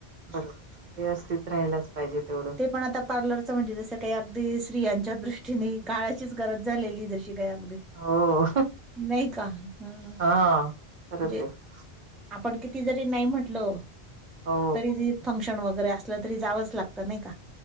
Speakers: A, on the right; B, in the centre.
A: बरोबर व्यवस्थित राहियलाच पाहिजे तेवढं.
B: ते पण आता पार्लरच म्हणजे जस काही अगदी स्तियांच्या दृष्टीने काळाचीच गरज झालेली जशी काही अगदी
A: हो
B: नाही का? हं.
A: हा खर
B: म्हणजे
A: ते आहे.
B: आपण किती जरी नाही म्हटलं
A: हो
B: तरी ज फंक्शन वगैरे असलं तरी जावंच लागतं नाही का?